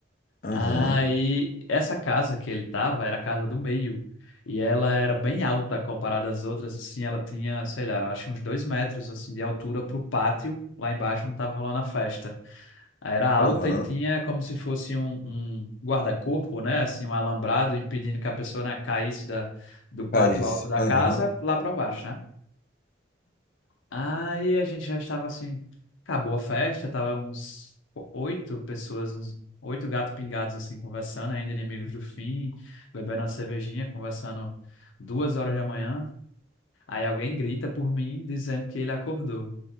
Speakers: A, on the left; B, on the left.
A: Aham,
B: Aí, essa casa que ele tava era a casa do meio. E ela era bem alta comparada às outras, assim. Ela tinha, sei lá, eu acho que uns dois metros, assim, de altura pro pátio, lá embaixo, onde tava rolando a festa. Aí era alta
A: aham,
B: e tinha como se fosse um, um guarda-corpo, né? Assim, um alambrado impedindo que a pessoa, né, caísse da, do pátio
A: País,
B: alto da
A: aham.
B: casa lá para baixo, né? Aí a gente já estava assim, acabou a festa, tava uns o- oito pessoas, uns oito gatos pingados assim, conversando, ainda inimigos do fim, bebendo uma cervejinha, conversando duas horas da manhã. Aí alguém grita por mim, dizendo que ele acordou.